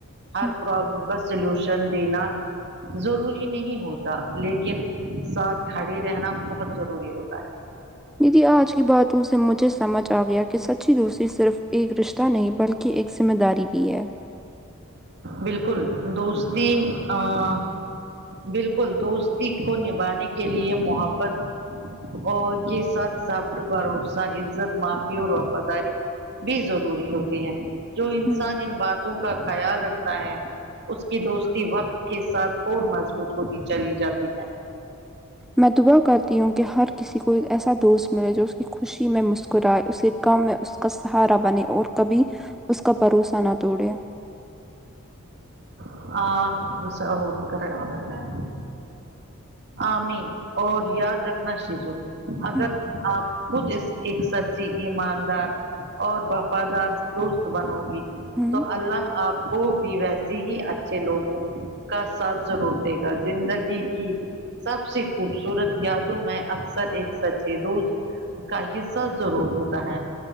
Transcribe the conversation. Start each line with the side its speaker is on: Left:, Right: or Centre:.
Right: ہر
Centre: ہوں
Right: پرابلم کا سلوشن شن دینا ضروری نہیں ہوتا لیکن ساتھ کھڑے رہنا بہت ضروری ہوتا ہے
Centre: ددی آج کی بات ان سے مجھے سمجھ آ گیا کہ سچی دوسری صرف ایک رشہ نہیں بلکہ ایک ذمہ داری بھی ہے
Right: بالکل دوستی ا بالکل دوستی کو نبھانے کے لیے محبت اور کے ساتھ سفر بھروسہ عزت معافی اور وفاداری بھی ضروری ہوتی ہے جو انسان
Centre: ہوں
Right: ان باتوں کا خیال رکھتا ہے اس کی دوستی وقت کے ساتھ اور مضبوط ہوتی چلی جاتی ہے
Centre: میں دعا کرتی ہوں کہ ہر کسی کو ایسا دوست ملے جو اس کی خوشی میں مسکرائے اس کے کم میں کا سہارا بنے اور کبھی اس کا بھروسہ نہ توڑے
Right: <unintelligible> امین اور یاد رکھنا شزو اگر
Centre: ہوں
Right: آپ خود اس ایک سچی ایماندار اور وفادار دوست بنو گی
Centre: ہوں
Right: تو اللہ آپ کو بھی ویسے ہی اچھے لوگوں کا ساتھ ضرور دے گا زندگی کی سب سے خوبصورت یادوں میں اکثر ایک سچے دوست کا حصہ ضرور ہوتا ہے